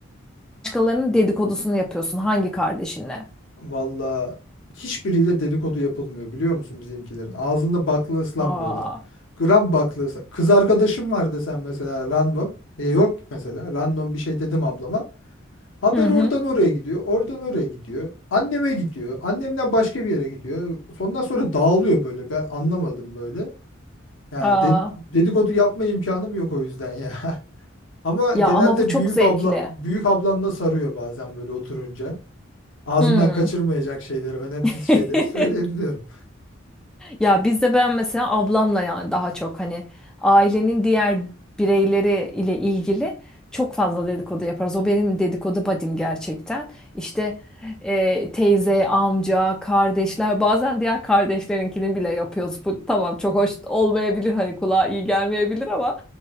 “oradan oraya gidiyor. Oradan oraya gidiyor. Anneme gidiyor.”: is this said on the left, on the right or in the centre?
Left